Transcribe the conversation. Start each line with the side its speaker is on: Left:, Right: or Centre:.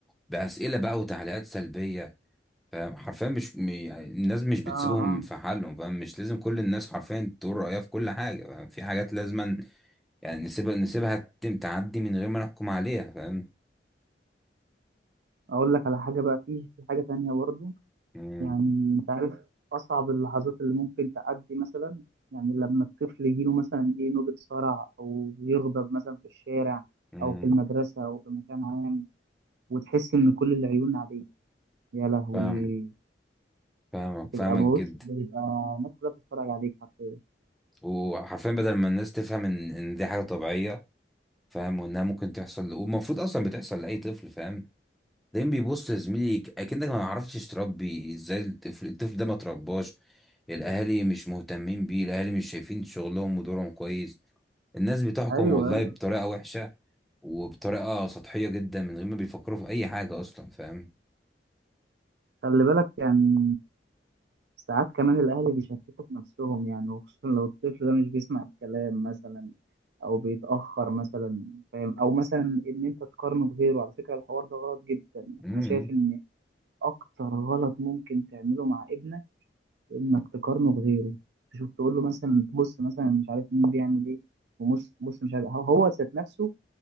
Centre: باسئله بقى وتعليقات سلبيه فاهم حرفيا مش م- يعني الناس مش بتسيبهم
Right: آه آه
Centre: في حالهم فاهم مش لازم كل الناس حرفيا تقول رايها في كل حاجه فاهم في حاجات لازما يعني نسيبها نسيبها تتم- تعدي من غير ما نحكم عليها فاهم
Right: أقول لك على حاجة بقى فيه في حاجة تانية برضه
Centre: امم
Right: يعني انت عارف اصعب اللحظات اللي ممكن تعدي مثلا يعني لما الطفل يجيله مثلا ايه نوبة صرع او يغضب مثلا في الشارع
Centre: امم
Right: او في المدرسة او في مكان عام وتحس ان كل العيون عليك يا لهوي
Centre: فاهم فاهمك
Right: بتبقى
Centre: فاهمك
Right: بص
Centre: جدا
Right: بتبقى الناس كلها بتتفرج عليك حرفيا
Centre: وحرفيا بدل ما الناس تفهم ان ان دي حاجه طبيعيه فاهم وانها ممكن تحصل والمفروض اصلا بتحصل لاي طفل فاهم دايما بيبص يا زميلي اكنك ما عرفتش تربي ازاي الطفل الطفل ده ما ترباش الاهالي مش مهتمين بيه الاهالي مش شايفين شغلهم ودورهم كويس الناس بتحكم
Right: ايوه
Centre: والله
Right: ايوه
Centre: بطريقة وحشة وبطريقة سطحية جدا من غير ما بيفكروا في اي حاجة اصلا فاهم
Right: خلي بالك يعني ساعات كمان الأهل بيشككوا في نفسهم يعني وخصوصا لو الطفل ده مش بيسمع الكلام مثلا أو بيتأخر مثلا فاهم أو مثلا إن أنت تقارنه بغيره على فكرة الحوار ده غلط جدا يعني
Centre: امم
Right: أنا شايف إن أكتر غلط ممكن تعمله مع ابنك إنك تقارنه بغيره تشوف تقول له مثلا تبص مثلا مش عارف مين بيعمل إيه وبص بص مش عارف هو هو ذات نفسه